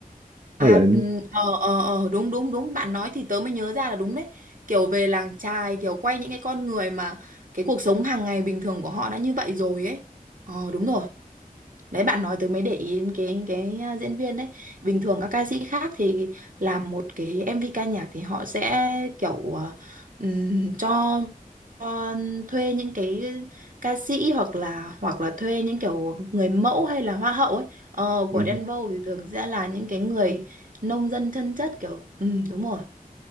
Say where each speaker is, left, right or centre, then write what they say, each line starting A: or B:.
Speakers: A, on the right; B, on the right.
A: À,
B: với lại
A: ừ, ờ, ờ, ờ, đúng, đúng, đúng, bạn nói thì tớ mới nhớ ra là đúng đấy. Kiểu về làng chài, kiểu quay những cái con người mà cái cuộc sống hàng ngày bình thường của họ đã như vậy rồi ấy. Ờ, đúng rồi. Đấy, bạn nói tớ mới để ý đến cái cái à, diễn viên đấy. Bình thường các ca sĩ khác thì làm một cái MV ca nhạc thì họ sẽ kiểu à, ừm, cho ờ, thuê những cái ca sĩ hoặc là hoặc là thuê những kiểu người mẫu hay là hoa hậu ấy ờ,
B: ừ,
A: của
B: ừ,
A: Denver thì thường sẽ là những cái người nông dân chân chất kiểu ừ, đúng rồi